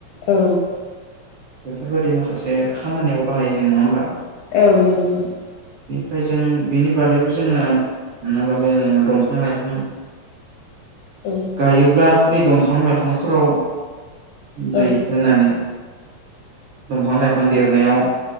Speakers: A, on the left; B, on the right.
A: औ
B: बेफोरबादि माखासे खामानियाव बाहायो जों नङा होमबा?
A: औ नंगौ नोंथा
B: फाय जों बेनि बादैबो जोङो हमना लाबाय जोङो दंफां-लाइफां
A: औ
B: गायोब्ला बै दंफां लाइफांफोराव दै
A: औ
B: होनानै दंफां-लाइफां देरनायाव